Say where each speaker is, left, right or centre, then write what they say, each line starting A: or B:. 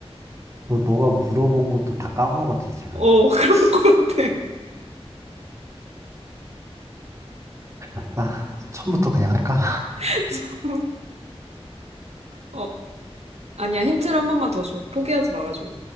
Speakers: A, on the right; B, on the right.
A: 너, 너가 물어본 것도 다 까먹었지, 지금.
B: 어, <laughs> 그런 것 같아.
A: 맞다. 처음부터 그냥 할까?
B: <laughs> 어, 아니야. 힌트를 한 번만 더 줘. 포기하지 말아줘.